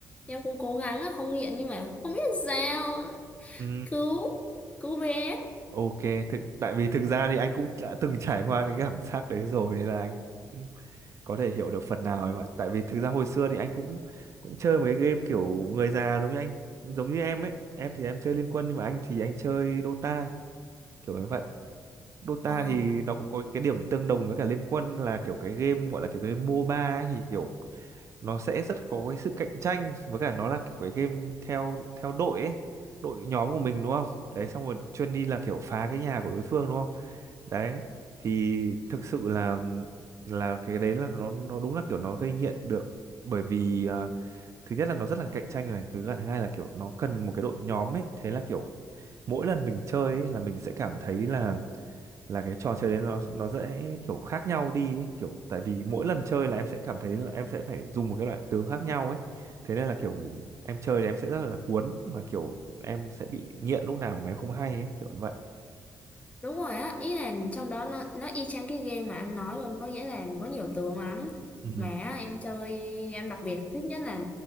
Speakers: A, on the left (about 20°); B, on the right (about 45°).
A: em cũng cố gắng á không nghiện nhưng mà không biết sao
B: ừ
A: cứu cứu bé
B: ok thực tại vì thực ra thì anh cũng đã từng trải qua cái cảm giác đấy rồi nên là anh cũng có thể hiểu được phần nào em ạ tại vì thực ra hồi xưa thì anh cũng cũng chơi một cái game kiểu người già giống như anh giống như em ấy em thì em chơi Liên Quân nhưng mà anh thì anh chơi Dota kiểu như vậy Dota
A: ờ
B: thì nó cũng có cái điểm tương đồng với cả Liên Quân là kiểu cái game gọi là kiểu cái MOBA ấy, thì kiểu nó sẽ rất có cái sự cạnh tranh với cả nó là kiểu cái game theo theo đội ấy, đội nhóm của mình đúng không? Đấy xong rồi chuyên đi là kiểu phá cái nhà của đối phương đúng không? Đấy thì thực sự là là cái đấy là nó nó đúng là kiểu nó gây nghiện được bởi vì à, thứ nhất là nó rất là cạnh tranh này, thứ là thứ hai là kiểu nó cần một cái đội nhóm ấy, thế là kiểu mỗi lần mình chơi ấy, là mình sẽ cảm thấy là là cái trò chơi đấy nó nó sẽ kiểu khác nhau đi ấy. kiểu tại vì mỗi lần chơi là em sẽ cảm thấy là em sẽ phải dùng một cái loại tướng khác nhau ấy thế nên là kiểu em chơi thì em sẽ rất là cuốn và kiểu em sẽ bị nghiện lúc nào mà em không hay ấy kiểu vậy
A: đúng rồi á ý là trong đó nó nó y chang cái game mà anh nói luôn có nghĩa là có nhiều tướng lắm
B: ừ
A: mà á, em chơi em đặc biệt thích nhất là